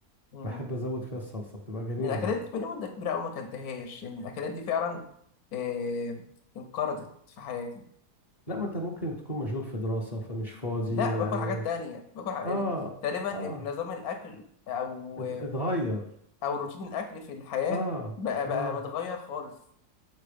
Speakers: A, on the left; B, on the left.
A: مم.
B: بحب ازود فيها الصلصه بتبقى جميله
A: من الاكلات
B: برضك
A: دي بقالي مده كبيره قوي ما اكلتهاش يعني من الاكلات دي فعلا آه انقرضت في حياتي
B: لا ما انت ممكن تكون مشغول في دراسه فمش فاضي
A: لا
B: يعني
A: باكل حاجات تانية باكل ح-
B: اه
A: يعني تقريبا
B: اه
A: نظام الاكل او
B: ات- اتغير
A: او روتين الاكل في الحياه
B: اه
A: بقى
B: اه
A: بقى متغير خالص